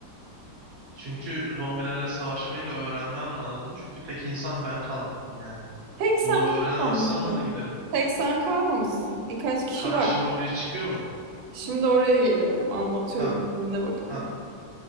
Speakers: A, on the right; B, on the right.
A: Çünkü zombilerle savaşmayı da öğrenmem lazım. Çünkü tek insan ben kalmışım yani.
B: Tek sen
A: Bunu
B: kalmamışsın.
A: öğrenemezsem ben de giderim.
B: Tek sen kalmamışsın. Birkaç kişi
A: Karşıma
B: var.
A: biri çıkıyor mu?
B: Şimdi oraya geliyorum, anlatıyorum.
A: Hah
B: Dinle bakalım.
A: hah.